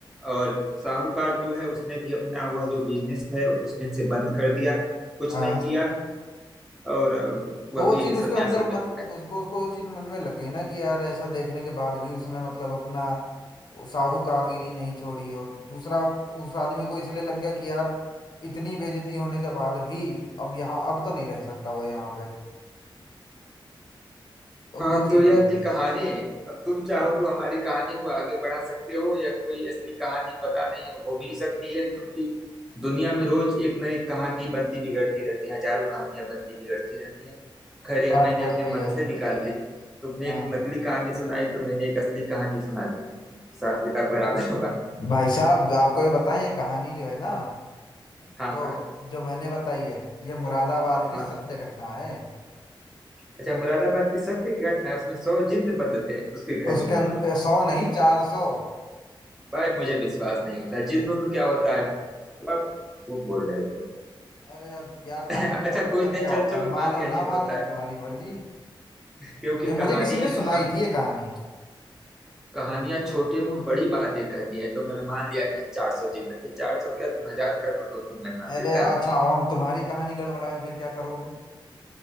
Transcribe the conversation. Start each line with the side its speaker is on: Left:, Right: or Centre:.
Centre: और साहूकार जो है उसने भी अपना वह जो बिजनेस है उस दिन से बंद कर दिया कुछ
Left: हाँ
Centre: नहीं किया और वह
Left: तो वो
Centre: भी
Left: चीज
Centre: सन्यासी
Left: उसको अंदर
Centre: बन
Left: मन
Centre: गया
Left: उसको उसको वो चीज मन में लग गई ना कि यार ऐसा देखने के बाद भी उसने मतलब अपना साहूकारगिरी नहीं छोड़ी और दूसरा उस आदमी को इसलिए लग गया कि यार इतनी बेइज्जती होने के बाद भी अब यहाँ अब तो नहीं रह सकता वो यहाँ पे तो
Centre: हाँ
Left: वो चीज
Centre: तो यह
Left: हुई है
Centre: थी कहानी अब तुम चाहो तो हमारी कहानी को आगे बढ़ा सकते हो या कोई असली कहानी पता नहीं हो भी सकती है क्योंकि दुनिया में रोज एक नई कहानी बनती बिगड़ती रहती है हजारों कहानियां बनती बिगड़ती रहती हैं खैर यह
Left: बात
Centre: मैंने
Left: तो
Centre: अपने
Left: सही
Centre: मन
Left: है
Centre: से निकाली तुमने
Left: हाँ
Centre: एक नकली कहानी सुनाई तो मैंने एक असली कहानी सुना दी हिसाब किताब बराबर होगा
Left: भाई साहब आपको ये बताएं ये कहानी जो है ना
Centre: हाँ
Left: जो
Centre: हाँ
Left: जो मैंने बताई है ये मुरादाबाद
Centre: हाँ
Left: की सत्य घटना है
Centre: अच्छा मुरादाबाद की सत्य घटना है, उसमें सौ जिन्न बंद थे उसके घर
Left: उसके
Centre: में
Left: अं- सौ नहीं चार सौ
Centre: भाई मुझे विश्वास नहीं होता जिन्न उन्न क्या होता है बस, वो बोल रहे हो तुम
Left: अरे अब यार
Centre: <laughs>
Left: कहानी
Centre: अच्छा
Left: का मतलब
Centre: कोई नहीं
Left: क्या
Centre: चल
Left: होता है
Centre: चलो
Left: मानो
Centre: मान लिया
Left: ना
Centre: जिद
Left: मानो
Centre: होता
Left: तुम्हारी
Centre: है
Left: मर्जी
Centre: क्योंकि
Left: ये
Centre: कहानी
Left: मुझे किसी ने सुनाई
Centre: का,
Left: थी ये कहानी
Centre: कहानियां छोटे मुंह बड़ी बातें कहती हैं तो मैं मान लिया कि चार सौ जिन्न थे चार सौ क्या तुम हजार कर दो तो भी मैं मान
Left: अरे
Centre: लेता
Left: अच्छा
Centre: हूँ
Left: अब हम तुम्हारी कहानी गड़बड़ाएं फिर क्या करोगे